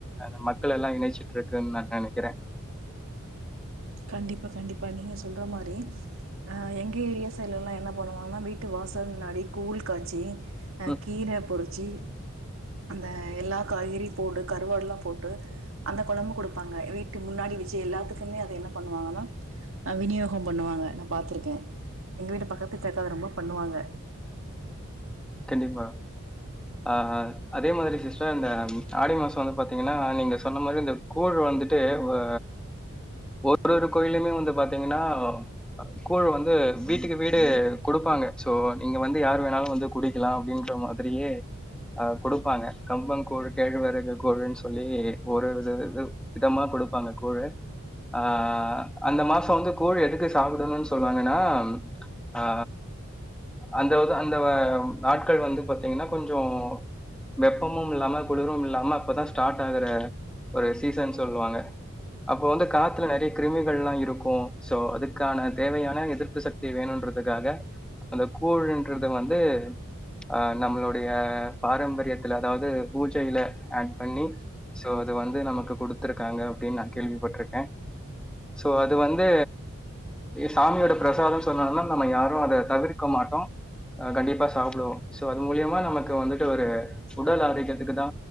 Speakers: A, in the centre; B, on the right (about 65°).
A: அந்த மக்கள் எல்லா இணைச்சிட்ருக்குன் நா நெனைக்கறே
B: கண்டிப்பா கண்டிப்பா நீங்க சொல்ற மாரி அ எங்க ஏரியா சைட்லலா என்ன பண்ணுவாங்கனா வீட்டு வாசல் முன்னாடி கூழ் காச்சி ஆ
A: ம்.
B: கீர பொறிச்சி அந்த எல்லா காய்கறியு போட்டு கருவாடலா போட்டு அந்த கொழம்பு குடுப்பாங்க வீட்டு முன்னாடி வச்சி எல்லாத்துக்குமே அது என்னா பண்ணுவாங்கனா ஆ விநியோகம் பண்ணுவாங்க நா பாத்துருக்கே எங்க வீட்டு பக்கத்து <unintelligible> ரொம்ப பண்ணுவாங்க
A: கண்டிப்பா அ அதே மாரி சிஸ்டர் அந்த ஆடி மாச வந்து பாத்தீங்கனா நீங்க சொன்ன மாரி இந்த கூழ் வந்துட்டு அ ஒரு ஒரு கோயிலுமே வந்து பாத்திங்கனா கூழ் வந்து வீட்டுக்கு வீடு குடுப்பாங்க சோ நீங்க வந்து யார் வேணாலு வந்து குடிக்கலா அப்டின்ற மாதிரியே அ குடுப்பாங்க கம்பம் கூழ் கேழ்வரகு கூழுன் சொல்லி ஒரு வித இது விதமா குடுப்பாங்க கூழு ஆ அந்த மாச வந்து கூழ் எதுக்கு சாப்டணுன் சொல்வாங்கனா அ அந்தாவது அந்த அ நாட்கள் வந்து பாத்தீங்கனா கொஞ்சோ வெப்பமும் இல்லாம குளிரும் இல்லாம அப்பதா ஸ்டார்ட் ஆகுற ஒரு சீசன் சொல்வாங்க அப்போ வந்து காத்துல நெறைய கிருமிகள்லா இருக்கு சோ அதுக்கான தேவையான எதிர்ப்பு சக்தி வேணுன்றதுக்காக அந்த கூழுன்றது வந்து அ நம்ளுடைய பாரம்பரியத்துல அதாவது பூஜையில ஆட் பண்ணி சோ அது வந்து நமக்கு குடுத்திருக்காங்க அப்டின் நா கேள்விப்பட்ருக்கே சோ அது வந்து சாமியோட பிரசாதோ சொன்னோனா நம்ம யாரு அத தவிர்க்க மாட்டோ கண்டிப்பா சாப்டுவோ ஸோ அது மூலியமா நமக்கு வந்துட்டு ஒரு உடல் ஆரோக்கியத்துக்கு தா